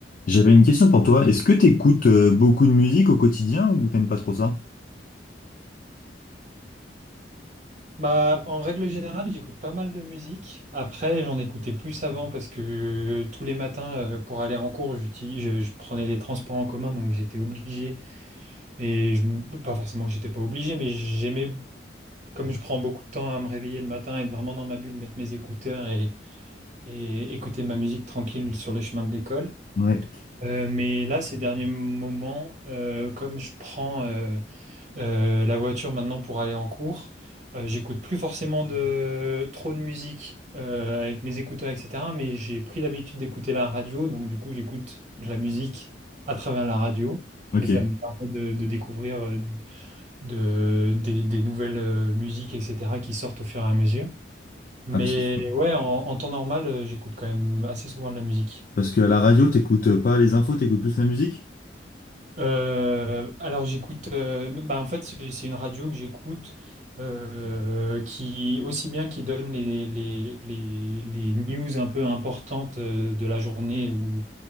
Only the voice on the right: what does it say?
Bah, en règle générale, j'écoute pas mal de musique. Après, j'en écoutais plus avant parce que euh, tous les matins, euh, pour aller en cours, j'utilise, je, je prenais les transports en commun, donc j'étais obligé. Et je, m- pas forcément que j'étais pas obligé, mais j'aimais, comme je prends beaucoup de temps à me réveiller le matin, être vraiment dans ma bulle, mettre mes écouteurs et, et écouter ma musique tranquille sur le chemin de l'école.
Euh, mais là, ces derniers moments, euh, comme je prends euh, euh, la voiture maintenant pour aller en cours. Euh, j'écoute plus forcément de trop de musique euh, avec mes écouteurs, etc. Mais j'ai pris l'habitude d'écouter la radio, donc du coup j'écoute de la musique à travers la radio
et ça me permet de, de découvrir euh, de, des, des nouvelles euh, musiques, etc. qui sortent au fur et à mesure. Mais
ouais, en, en temps normal, euh, j'écoute quand même assez souvent de la musique.
Euh, alors j'écoute, euh, bah en fait c'est c'est une radio que j'écoute euh, euh, qui aussi bien qui donne les, les, les, les news un peu importantes euh, de la journée ou,